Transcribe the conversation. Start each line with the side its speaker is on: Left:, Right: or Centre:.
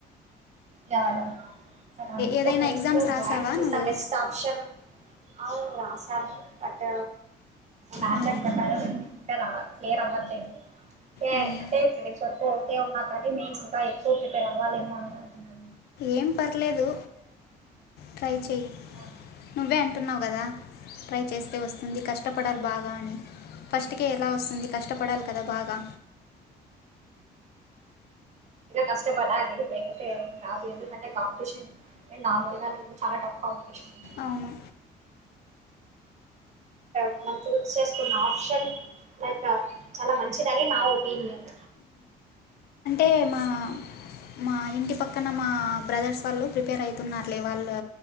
Right: కానీ అన్నితో
Left: ఏదైనా
Right: పోడిస్తే
Left: ఎగ్జామ్స్ రాసావా
Right: బ్యాంక్ ఇస్
Left: నువ్వు
Right: దా బెస్ట్ ఆప్షన్. అవు రాశాను బట్ బ్యాడ్లక్
Left: ఆ,
Right: ఇంకా రా క్లియర్ అవ్వట్లేదుకే
Left: మ్,
Right: అంటే ఫ్రెండ్స్ వరకు ఓకే ఉన్నా కానీ మేన్స్ ఇంకా ఎక్కువ ప్రిపేర్ అవ్వాలేమో అని. ఆ.
Left: ఏం పర్లేదు ట్రై చెయ్.
Right: హా.
Left: ఇవే అంటున్నావు కదా ట్రై చేస్తే వస్తుంది కష్టపడాలి బాగా అని ఫస్ట్ కే ఎలా వస్తు. అంది కష్టపడాలి కదా బాగా.
Right: కష్టపడాలి లేకపోతే రాదు ఎందుకంటే కాంపిటీషన్ ఏ నాన్నడుగా లేదు చాలా టఫ్ కాంపిటీషన్. బయట
Left: అవును.
Right: మనం చూస్ చేసుకున్న ఆప్షన్ లైక్ చాలా మంచిదని నా ఒపీనియన్.
Left: అందుకే మా. మా ఇంటి పక్కన మా బ్రదర్స్ వాళ్ళు ప్రిపేర్ అవుతున్నారులే వాళ్ళు